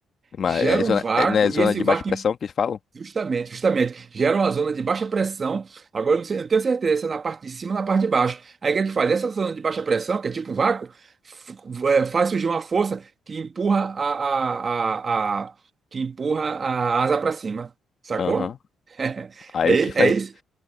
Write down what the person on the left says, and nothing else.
Mas
é zona,
é, né,
zona
de
baixa pressão que eles falam?
Aham. Aí
o
que faz